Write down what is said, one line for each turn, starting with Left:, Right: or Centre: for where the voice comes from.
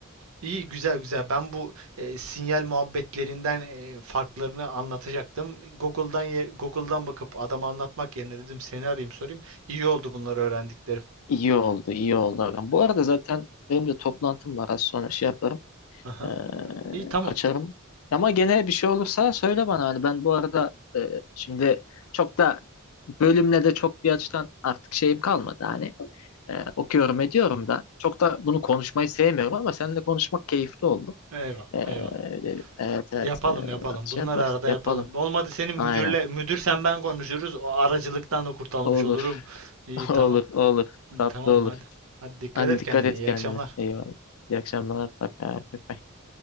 Right: İyi güzel güzel. Ben bu e, sinyal muhabbetlerinden e, farklarını anlatacaktım. Google'dan ye- Google'dan bakıp adama anlatmak yerine dedim seni arayayım sorayım. İyi oldu bunları öğrendiklerim.
Left: İyi oldu, iyi oldu ağam. Bu arada zaten benim de toplantım var. Az sonra şey yaparım.
Right: Aha.
Left: Ee,
Right: İyi tamam.
Left: kaçarım. Ama gene bir şey olursa söyle bana. Hani ben bu arada e, şimdi çok da bölümle de çok bir açıdan artık şeyim kalmadı. Hani e, okuyorum ediyorum da. Çok da bunu konuşmayı sevmiyorum ama seninle konuşmak keyifli oldu.
Right: Eyvallah,
Left: Ee,
Right: eyvallah.
Left: evet evet.
Right: Yapalım,
Left: Ee,
Right: yapalım.
Left: şey
Right: Bunları
Left: yapar,
Right: arada
Left: yapalım.
Right: yapalım. Olmadı senin müdürle,
Left: Aynen.
Right: müdür sen ben konuşuruz. O aracılıktan da kurtulmuş
Left: Olur.
Right: olurum. İyi,
Left: <laughs>
Right: tamam.
Left: Olur, olur. Tatlı
Right: Tamam,
Left: olur.
Right: hadi. Hadi dikkat
Left: Hadi
Right: et
Left: dikkat
Right: kendine.
Left: et
Right: İyi
Left: kendine.
Right: akşamlar.
Left: Eyvallah. İyi akşamlar. Bak, bak, bak.